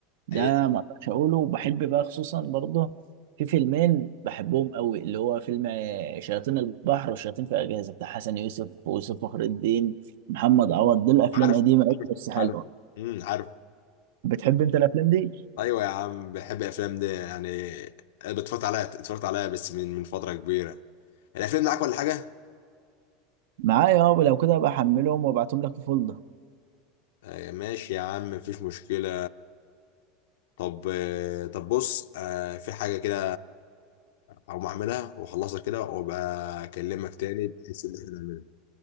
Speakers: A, on the right; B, on the left.
A: ده
B: حقيقه
A: ما اقدرش اقوله وبحب بقى خصوصا برضه في فيلمين بحبهم قوي اللي هو فيلم آه، شياطين البحر والشياطين في اجهزه بتاع حسن يوسف ويوسف فخر الدين محمد عوض دول افلام
B: عارف
A: قديمه قوي
B: عارف
A: بس حلوه
B: عارف امم عارف
A: بتحب انت الافلام دي
B: ايوه يا عم بحب الافلام دي يعني أنا اتفرجت عليها اتفرجت عليها بس من من فتره كبيره الافلام معاك ولا حاجه
A: معايا اه لو كده ابقى احملهم وابعتهم لك في فولدر
B: آه، ماشي يا عم مفيش مشكلة طب آه، طب بص آه، في حاجة كده هقوم أعملها وأخلصها كده وأبقى أكلمك تاني بحيث إن إحنا نعملها